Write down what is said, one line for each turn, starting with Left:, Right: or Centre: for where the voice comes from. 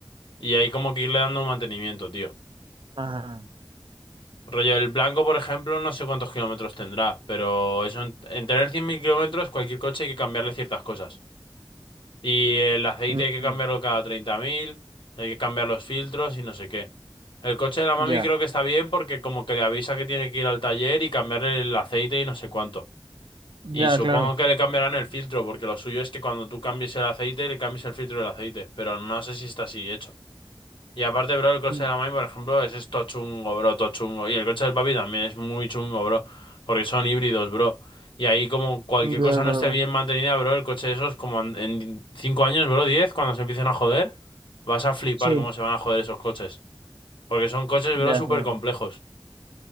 Left: Y hay como que irle dando mantenimiento, tío.
Right: Ajá.
Left: Rollo, el blanco, por ejemplo, no sé cuántos kilómetros tendrá, pero eso en, en tener 100.000 kilómetros, cualquier coche hay que cambiarle ciertas cosas. Y el aceite
Right: ujú,
Left: hay que cambiarlo cada treinta mil hay que cambiar los filtros y no sé qué. El coche de la mami
Right: Ya,
Left: creo que está bien porque como que le avisa que tiene que ir al taller y cambiarle el aceite y no sé cuánto.
Right: ya,
Left: Y supongo
Right: claro.
Left: que le cambiarán el filtro, porque lo suyo es que cuando tú cambies el aceite, le cambies el filtro del aceite, pero no sé si está así hecho. Y aparte, bro, el coche
Right: mm,
Left: de la Mai, por ejemplo, es esto chungo, bro, todo chungo. Y el coche del papi también es muy chungo, bro. Porque son híbridos, bro. Y ahí como cualquier
Right: Ya,
Left: cosa
Right: claro.
Left: no esté bien mantenida, bro, el coche de esos como en, en 5 años, bro, 10 cuando se empiecen a joder, vas a flipar
Right: Sí,
Left: cómo se van a joder esos coches. Porque son coches,
Right: ya,
Left: bro, súper
Right: claro.
Left: complejos.